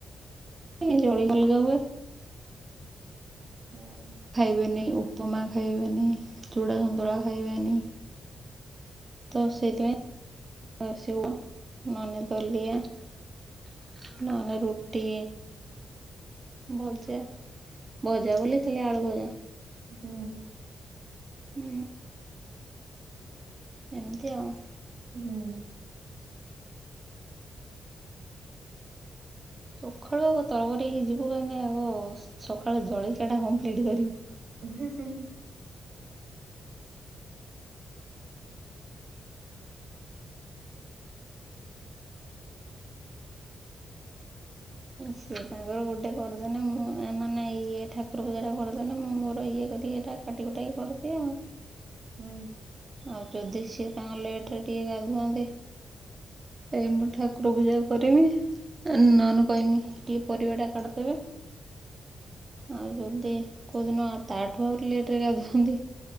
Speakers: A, on the right; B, on the right.
A: <unintelligible>
B: ହୁଁ।
A: ଖାଇବେନି, ଉପମା ଖାଇବେନି। ଚୂଡ଼ା ସନ୍ତୁଳା ଖାଇବେନି। ତ ସେଥିପାଇଁ <unintelligible> ନ ହେଲେ ରୁଟି, ଭଜା ଭଜା ବୋଲି ଖାଲି ଆଳୁ ଭଜା।
B: ହୁଁ।
A: ହୁଁ। ଏମିତି ଆଉ।
B: ହୁଁ।
A: ସଖାଳୁ ଆଗ ତରବରେଇକି ଯିବୁ କାହିଁକି ନା ଆଗ ସଖାଳୁ ଜଳିଖିଆ ଟା କମ୍ପ୍ଲିଟ୍ କରି।
B: <unintelligible>
A: ସିଏ ତାଙ୍କର ଗୋଟେ କରିଦେନେ ମୁଁ ଏମାନେ ଇଏ ଠାକୁର ପୂଜାରା କରିଦେନେ, ମୁଁ ମୋର ଇଏ କରି ଏଟା କାଟିକୁଟାକି କରିଦିଅ।
B: ହୁଁ।
A: ଆଉ ଯଦି ସିଏ ତାଙ୍କ ଲେଟ୍ ରେ ଟିକେ ଗାଧାନ୍ତି। ତାପରେ ମୁଁ ଠାକୁର ପୂଜା କରିମି। ଏ ନନେ କଇମି ଟିକେ ପରିବା ଟା କାଟିଦେବେ। ଆଉ ଯଦି କୋଉଦିନ ତାଠୁ ଆହୁରି ଲେଟ୍ ରେ ଗାଧାନ୍ତି